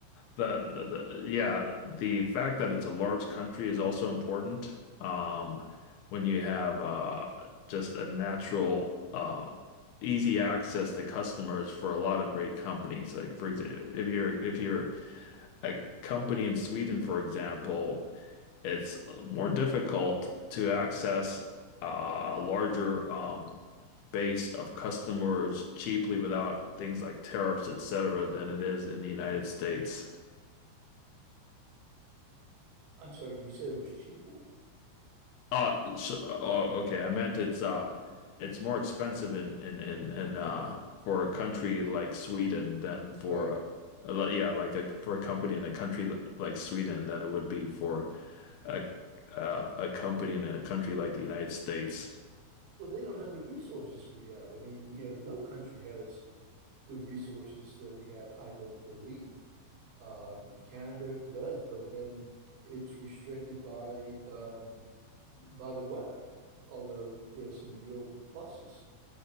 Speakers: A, on the left; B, on the right.
A: the the, the yeah, the fact that it's a large country is also important. Um, when you have uh, just a natural uh, easy access to customers for a lot of great companies. Like for example, if you're if you're a company in Sweden, for example, it's more difficult to access uh, larger um, base of customers cheaply without things like tariffs, et cetera, than it is in the United States.
B: I'm sorry, you said it was cheaper,
A: Uh, so, oh, okay. I meant it's uh, it's more expensive in in in, in uh, for a country like Sweden than for
B: right?
A: uh, yeah, like a, for a company in a country like Sweden than it would be for a uh, a company in a country like the United States.
B: Well, they don't have the resources we have. I mean, you know, no country has the resources that we have, I don't believe. Um, Canada does, but then it's restricted by um, by the weather, although there's some real pluses